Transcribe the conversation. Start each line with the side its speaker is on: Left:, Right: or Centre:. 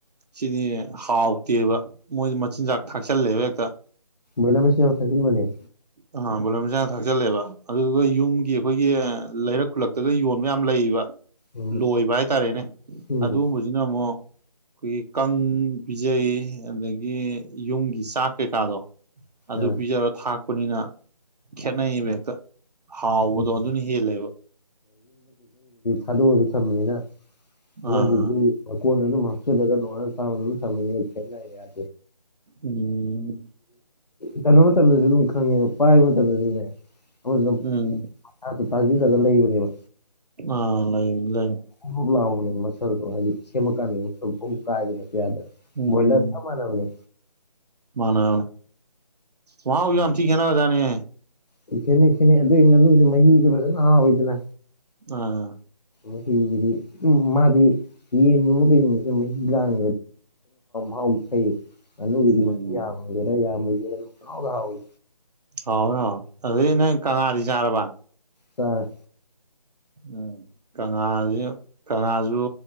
Right: ꯁꯤꯗꯤ ꯍꯥꯎꯇꯦꯕ ꯃꯣꯏꯗꯤ ꯃꯆꯤꯟꯖꯥꯛ ꯊꯥꯛꯆꯜꯂꯦꯕ ꯍꯦꯛꯇ
Left: ꯕꯣꯏꯂ꯭ꯔ ꯃꯆꯤꯟꯖꯥꯛ ꯊꯥꯖꯤꯟꯕꯅꯦ
Right: ꯑꯥ ꯕꯣꯂ꯭ꯔ ꯃꯆꯥꯟꯖꯥꯛ ꯊꯥꯛꯆꯜꯂꯦꯕ ꯑꯗꯨꯗꯨꯒ ꯌꯨꯝꯒꯤ ꯑꯩꯈꯣꯏꯒꯤ ꯂꯩꯔꯛ ꯈꯨꯜꯂꯛꯇꯒ ꯌꯣꯟꯕ ꯌꯥꯝ ꯂꯩꯕ
Left: ꯎꯝ
Right: ꯂꯣꯏꯕ ꯍꯥꯏꯇꯥꯔꯦꯅꯦ
Left: ꯎꯝ
Right: ꯑꯗꯨꯒꯨꯝꯕꯖꯤꯅ ꯑꯃꯨꯛ ꯑꯩꯈꯣꯏꯒꯤ ꯀꯪ ꯄꯤꯖꯩ ꯑꯗꯒꯤ ꯌꯨꯝꯒꯤ ꯆꯥꯛ ꯀꯩꯀꯥꯗꯣ ꯑꯗꯨ
Left: ꯑ
Right: ꯄꯤꯖꯔ ꯊꯥꯛꯄꯅꯤꯅ ꯈꯦꯠꯅꯩꯌꯦꯕ ꯍꯦꯛꯇ ꯍꯥꯎꯕꯗꯣ
Left: ꯎꯝ
Right: ꯑꯗꯨꯅ ꯍꯦꯜꯂꯦꯕ
Left: ꯊꯥꯗꯣꯛꯑꯖꯨ ꯊꯝꯃꯅꯤꯅ ꯑꯃꯗꯨꯒꯤ
Right: ꯑꯥ
Left: ꯃꯀꯣꯟꯗ ꯑꯗꯨꯝ ꯍꯥꯞꯆꯜꯂꯒ ꯅꯣꯡꯉꯥꯟ ꯍꯅ ꯁꯖꯅꯤ ꯏꯦꯅꯌꯦꯦ
Right: ꯎꯝ
Left: ꯆꯩꯅꯣ <unintelligible> ꯑꯃꯗꯨꯖꯨ ꯑꯗꯨꯝ ꯈꯪꯉꯦꯕ ꯄꯥꯏꯕ ꯃꯇꯝꯗꯖꯨꯅꯦ ꯑꯃꯗꯨꯅ
Right: ꯎꯝ
Left: ꯃꯁꯥꯁꯨ ꯇꯥꯖꯤꯜꯂꯒ ꯂꯩꯕꯅꯦꯕ
Right: ꯑꯥ ꯂꯩꯕꯅꯤ ꯂꯩꯕꯅꯤ
Left: ꯕꯨꯕꯨ ꯂꯥꯎꯕꯅꯦ ꯃꯁꯜꯗꯣ ꯍꯥꯏꯗꯤ ꯁꯦꯝꯃꯛꯀꯥꯟꯅꯦ ꯄꯥꯏꯕꯗ ꯍꯦꯇ ꯌꯥꯗꯕꯅꯦ
Right: ꯎꯝ
Left: ꯕꯣꯏꯂ꯭ꯔ ꯆꯞ ꯃꯥꯟꯅꯕꯅꯤ
Right: ꯃꯥꯟꯅꯦ ꯃꯍꯥꯎꯖꯨ ꯌꯥꯝꯊꯤ ꯈꯦꯠꯅꯒ꯭ꯔꯖꯥꯠꯅꯦ
Left: ꯈꯦꯠꯅꯩ ꯈꯦꯠꯅꯩ ꯑꯗꯨꯏ ꯉꯥꯅꯨꯖꯦ ꯃꯍꯤꯖꯨ ꯐꯖꯅ ꯍꯥꯎꯋꯤꯗꯅ
Right: ꯑꯥ
Left: ꯃꯍꯤꯖꯤꯗꯤ ꯎꯝ ꯃꯥꯗꯤ ꯌꯦꯟꯒꯨꯝꯕ ꯀꯩꯒꯨꯝꯕꯖꯦ ꯃꯍꯤ ꯂꯥꯡ ꯍꯥꯎ ꯐꯩ <unintelligible> ꯉꯥꯅꯨꯒꯤꯗꯤ
Right: ꯎꯝ
Left: ꯃꯍꯤ ꯌꯥꯝꯒꯦꯔꯥ ꯌꯥꯝꯃꯣꯏꯒꯦꯔꯥ ꯑꯗꯨꯝ ꯏꯍꯥꯎꯗ ꯍꯥꯎꯏ
Right: ꯍꯥꯎꯋꯦ ꯍꯥꯎꯋꯦ ꯑꯗꯨꯗꯩ ꯅꯪ ꯀꯪꯉꯥꯗꯤ ꯆꯥꯔꯕ
Left: ꯆꯥꯔꯦ
Right: ꯎꯝ ꯀꯪꯉꯥꯖꯨ ꯀꯪꯉꯥꯖꯨ